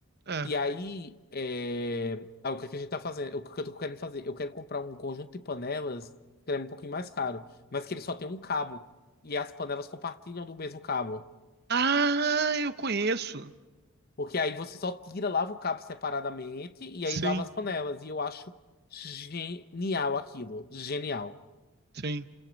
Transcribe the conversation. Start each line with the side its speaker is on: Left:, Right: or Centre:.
Right: É.
Left: E aí, é, ah, o que é que a gente tá fazendo? O que eu tô querendo fazer? Eu quero comprar um conjunto de panelas, que é um pouquinho mais caro, mas que ele só tem um cabo. E as panelas compartilham do mesmo cabo.
Right: Ah, eu conheço.
Left: Porque aí você só tira, lava o cabo separadamente e
Right: Sim,
Left: aí lava as panelas. E eu acho genial aquilo. Genial.
Right: sim.